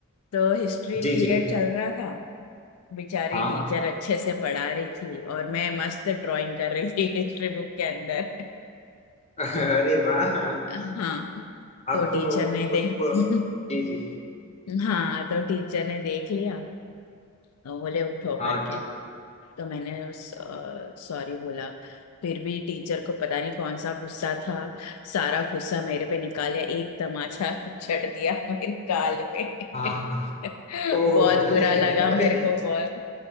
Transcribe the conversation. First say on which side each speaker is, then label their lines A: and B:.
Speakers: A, on the left; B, on the left.
A: तो हिस्ट्री
B: जी
A: पीरियड
B: जी
A: चल रहा था बेचारी
B: हाँ
A: टीचर अच्छे से पढ़ा रही थी और मैं मस्त ड्राइंग कर रही थी हिस्ट्री बुक के अंदर
B: <laughs> अरे
A: <laughs>
B: वाह
A: हाँ तो
B: आप
A: टीचर
B: तो
A: ने दे
B: उनको
A: <laughs>
B: जी जी
A: हाँ तो टीचर ने देख लिया और बोले उठो
B: हाँ
A: करके
B: जी
A: तो मैंने सॉरी बोला फिर भी टीचर को पता नहीं कौन सा गुस्सा था सारा गुस्सा मेरे पे निकाला एक तमाचा चढ़ दिया मेरे गाल पे
B: हाँ
A: <laughs>
B: ओह
A: बहुत बुरा
B: <laughs> अरे
A: लगा मेरे को बहुत